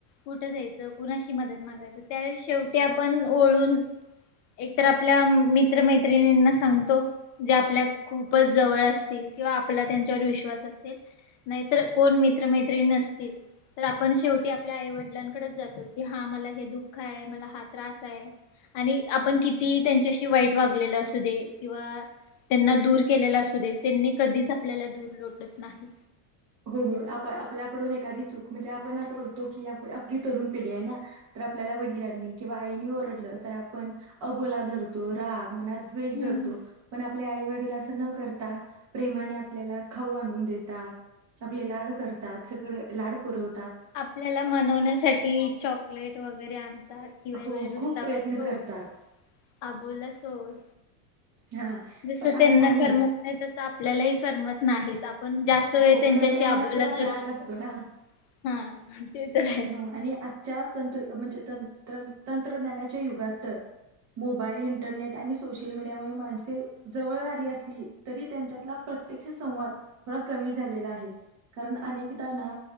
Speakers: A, on the left; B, on the right.
A: कुठ जायचं कुणाशी मदत मागायच त्या शेवटी आपण ओळून एक तर आप आपल्या मित्र-मैत्रिणींना सांगतो ज्या आपल्या खूपच जवळ असतील किंवा आपला त्यांच्यावर विश्वास असेल नाहीतर कोण मित्र-मैत्रिणी नसतील तर आपण शेवटी आपल्या आई-वडिलांकडच की हा मला हे दुःख य मला हा त्रास हाय आणि आपण किती ती त्यांच्याशी वाईट वागलेल असू दे किंवा त्यांना दूर केलेला असू दे त्यांनी कधीच आपल्याला दूर लोटत नाही.
B: हो हो आप आपल्याकडून एखादी चूक मजे आपण आता बोलतो की आप आपली तरुण पिढी आहे ना तर आपल्याला वडिलांनी किंवा आईने ओरडलं तर आपण अबोला धरतो राग मनात द्वेष
A: हम्म
B: धरतो पण आपले आई वडील असं न करता प्रेमाने आपल्याला खाऊ आणून देतात आपले लाड करतात सगळं लाड पुरव
A: आपल्याला मनवण्यासाठी चॉकलेट वगैरे आणतात कि
B: हो
A: बाई रुसावा
B: खूप प्रयत्न
A: सोड
B: करतात
A: आबोला सोड
B: हा
A: जस
B: पण आण-
A: त्यांना
B: आणि
A: करमत नाही तस आपल्यालाही करमत नाहीच आपण जास्त वेळ
B: हो
A: त्यांच्याशी
B: पण आपल्या
A: आबोला
B: मनात थोडा राग
A: धरू शकतो.
B: असतो ना.
A: हा ते तर आहे.
B: हो आणि आजच्या तंत्र म्हणजे तं तं तंत्रज्ञानाच्या युगात तर मोबाईल इंटरनेट आणि सोशल मीडिया मुळे माणसे जवळ आली असली तरी त्यांच्यातला प्रत्यक्ष संवाद थोडा कमी झालेला आहे कारण अनेकदा ना